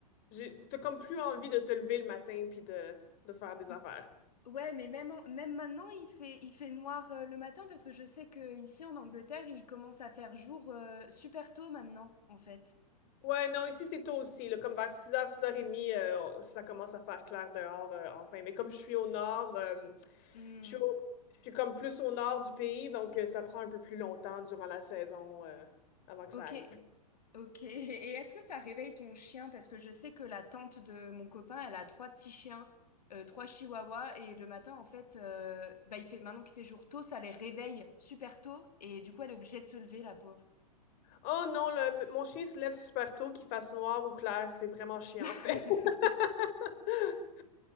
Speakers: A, on the left (about 40°); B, on the left (about 80°).
A: j'ai- t'as comme plus envie de te lever le matin puis de, de faire des
B: M-
A: affaires.
B: Ouais, mais même, en- même maintenant, il fait, il fait noir euh, le matin parce que je sais que ici en Angleterre, il commence à faire jour euh, super tôt maintenant, en fait.
A: Ouais, non, ici c'est tôt aussi. là. comme vers six heures six heures 30 euh, ça commence à faire clair dehors euh, enfin. Mais comme je suis au nord, euh,
B: Hmm,
A: je suis, au- je suis comme plus au nord du pays, donc euh, ça prend un peu plus longtemps durant la saison euh, avant que
B: ok,
A: ça arrive.
B: ok. Et est-ce que ça réveille ton chien? Parce que je sais que la tante de mon copain, elle a trois petits chiens, euh, trois chihuahuas, et le matin, en fait, euh, bah, il fait, maintenant qu'il fait jour tôt, ça les réveille super tôt, et du coup, elle est obligée de se lever, la pauvre.
A: Oh non, le- mon chien se lève super tôt, qu'il fasse noir ou clair, c'est vraiment chiant
B: <laughs>
A: en fait. <laughs>